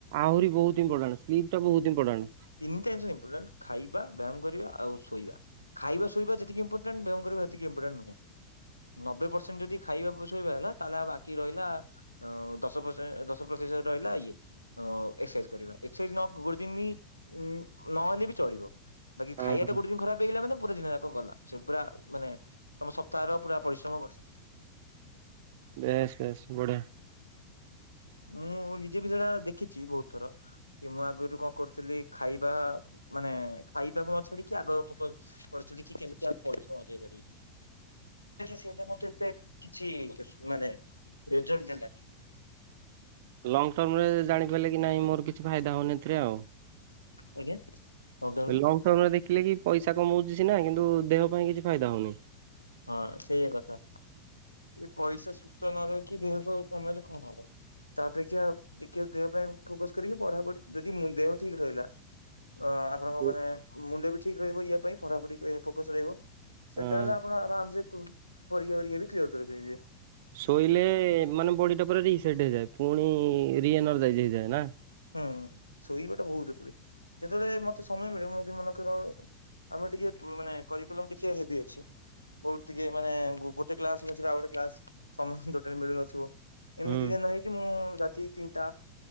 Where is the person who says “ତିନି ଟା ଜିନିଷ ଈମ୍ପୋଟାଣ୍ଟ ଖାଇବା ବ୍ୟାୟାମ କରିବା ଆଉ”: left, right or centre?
Left